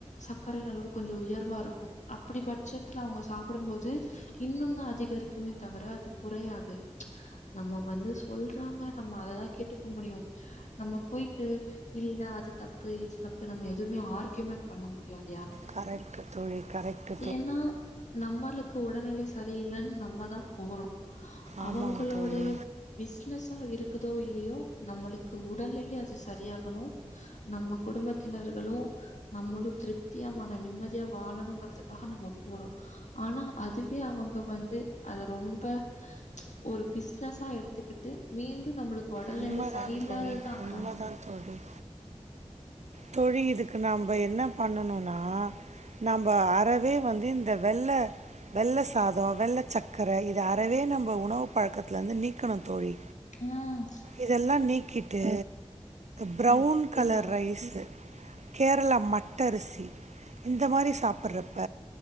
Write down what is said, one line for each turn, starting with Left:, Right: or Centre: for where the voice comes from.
Left: சக்கரயின் அளவு கொஞ்சொ உயர்வாருக்கு அப்படி பட் ச்சத்துல அவுங்க சாப்புடும் போது இன்னூன் தா அதிகரிக்குமே தவரெ அது குறையாது நம்மோ வந்து சொல்றாங்க நம்ம அததா கேட்டுக்க முடியு நம்மொ போயிட்டு இல்ல அது தப்பு இது தப்பு நம்ம எதூமே ஆர்கயூமெண் பண்ண முடியாது
Right: கரேட் தோழி கரெட்டு
Left: ஏனா நம் ம்மளுக்கு உடல்நிலை சரியில்லேன் நம்மதா போறோ
Right: ஆமாங்க
Left: அவங்களோடைய
Right: தோழி.
Left: பிச்னஸ் தா இருக்குதோ இல்லியோ நம்மளுக்கு உடல்நிலை அது சரியாகணு நம்ம குடும்பத்தினர்களு நம்மளு திருப்தியா மன நிம்மதியா வாழணுங்கறது காக நம்மொ போறோ ஆனா அதுவே அவங்க வந்து அத ரொம்ப ச் ஒர் பிஸ்னஸா எடுத்துக்கிட்டு மீண்டும் நம்மளுக் ஒடல்நிலை
Right: உண்மதான்
Left: சரியில்லாததாக்குறாங்க
Right: தோழி, உண்மதான் தோழி. தோழி இதுக்கு நாம்ப என்னா பண்ணணுனா நம்போ அறவே வந்து இந்த வெள்ள வெள்ள சாதோ வெள்ள சக்கர இத அறவே நம்போ உணவு பழக்கத்லந்து நீக்கணு தோழி
Left: உம்
Right: இதெல்லா நீக்கிட்டு ப்ரவுன்
Left: சரிதா
Right: கலர் ரைஸு கேரளா மட்டரிசி இந்த மாரி சாப்புறப்ப